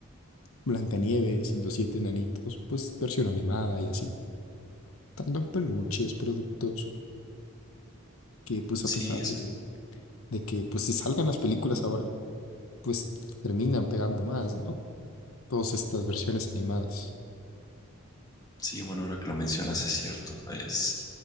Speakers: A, on the left; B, on the left.
A: Blancanieves y los siete enanitos, pues versión animada y así. Tanto en peluches, productos que pues
B: Sí,
A: a pesar
B: es,
A: de, de que pues se salgan las películas ahora, pues terminan pegando más, ¿no? Todas estas versiones animadas.
B: sí, bueno, ahora que lo mencionas es cierto, es